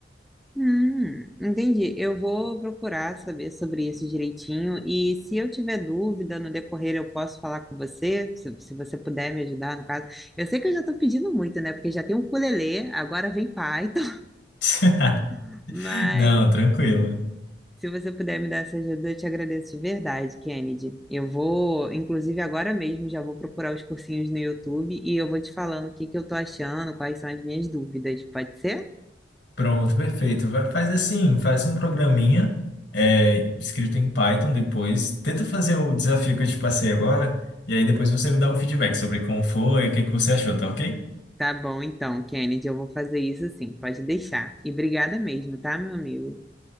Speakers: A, in the centre; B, on the left.
A: Hum, entendi. Eu vou procurar saber sobre isso direitinho. E se eu tiver dúvida no decorrer, eu posso falar com você, se, se você puder me ajudar, no caso. Eu sei que eu já estou pedindo muito, né? Porque já tem o ukulele, agora vem Python.
B: <laughs>
A: <laughs> Mas
B: Não, tranquilo.
A: se você puder me dar essa ajuda, eu te agradeço de verdade, Kennedy. Eu vou, inclusive agora mesmo, já vou procurar os cursinhos no YouTube e eu vou te falando o que que eu tô achando, quais são as minhas dúvidas. Pode ser?
B: Pronto, perfeito. Vai- Faz assim, faz um programinha é, escrito em Python depois. Tenta fazer o desafio que eu te passei agora. E aí depois você me dá um feedback sobre como foi, o que que você achou, tá ok?
A: Tá bom, então, Kennedy, eu vou fazer isso sim, pode deixar. E obrigada mesmo, tá, meu amigo?